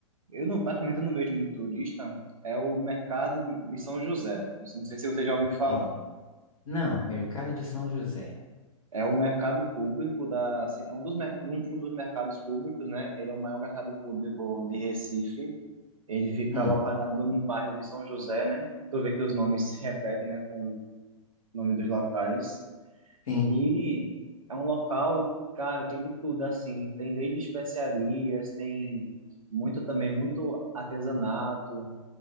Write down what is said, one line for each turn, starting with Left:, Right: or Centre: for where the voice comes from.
Right: eu não, praticamente eu não vejo muito turista é o mercado de, de São José. Não sei não sei se você já ouviu falar.
Left: mer- Não, Mercado de São José.
Right: É um mercado público da, assim, é um dos, mer- um um dos mercados públicos, né? Ele é o maior mercado público de Recife. Ele fica
Left: Hum,
Right: localizado no bairro de São José, né? Tu vê que os nomes se repetem, né, com o nome dos locais.
Left: sim.
Right: E é um local, cara, tem de tudo, assim. Tem desde especiarias, tem muito também, muito artesanato.